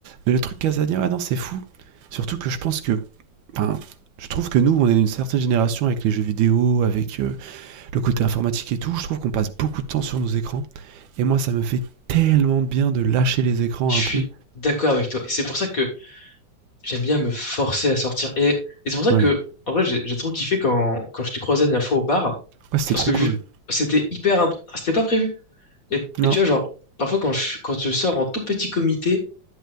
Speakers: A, on the right (about 80°); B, on the left (about 50°).
A: mais le truc Casania, ouais, non, c'est fou. Surtout que je pense que, enfin, je trouve que nous, on est une certaine génération avec les jeux vidéo, avec euh, le côté informatique et tout. Je trouve qu'on passe beaucoup de temps sur nos écrans. Et moi, ça me fait tellement de bien de lâcher les écrans
B: Je suis
A: un peu.
B: d'accord avec toi. Et c'est pour ça que j'aime bien me forcer à sortir. Et, et c'est pour ça
A: Ouais,
B: que, en vrai, j'ai j'ai trop kiffé quand, quand je te croisais la dernière fois au bar,
A: ouais, c'était
B: parce
A: trop
B: que ju-
A: cool.
B: c'était hyper, imp- c'était pas prévu. Et, et
A: Non,
B: tu vois, genre, parfois quand je, quand je sors en tout petit comité,